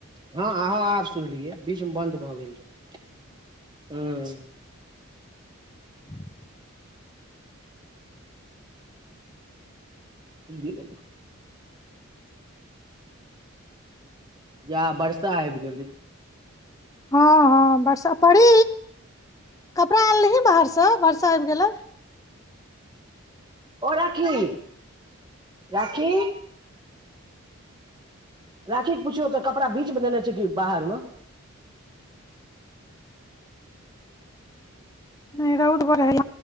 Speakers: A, on the right; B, on the left.
A: हँ अह आब सुनलियै बीचमे बन्द भऽ गेल रहै
B: ह।
A: ज जा बरसा है भी जल्दी
B: ह ह बर्षा पी कपड़ा आनलही बाहरसँ वर्षा आबि गेलै
A: ओ राखी राखी। राखी के पुछियौ तऽ कपड़ा बच मे देने छै कि बाहर मे
B: नहि रौउद बड़ रहै